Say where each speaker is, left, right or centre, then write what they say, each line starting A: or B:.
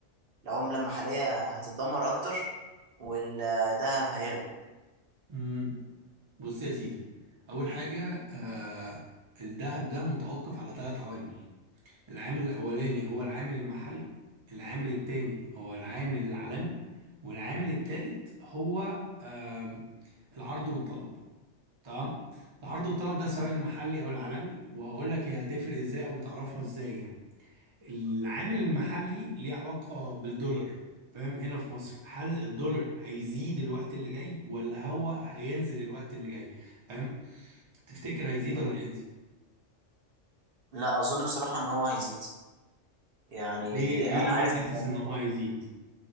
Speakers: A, on the right; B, on the right.
A: العمله المحليه هتتدمر اكتر والذهب هيغلى
B: امم بص يا سيدي اول حاجة آه، الذهب ده متوقف على ثلاث عوامل العامل الاولاني هو العامل المحلي العامل التاني هو العامل العالمي والعامل التالت هو آم، العرض والطلب تمام العرض والطلب ده سواء
A: مم.
B: المحلي او العالمي وهقول لك هي هتفرق ازاي او بتعرفها ازاي يعني العامل المحلي ليه علاقة بالدولار فاهم هنا في مصر هل الدولار هيزيد الوقت اللي جاي ولا هو هينزل الوقت اللي جاي فاهم تفتكر هيزيد
A: مم.
B: ولا هينزل
A: لا اظن بصراحه ان هو هيزيد يعني
B: ليه ليه
A: انا
B: ليه
A: عارف
B: حاسس
A: ان امريكا
B: ان هو هيزيد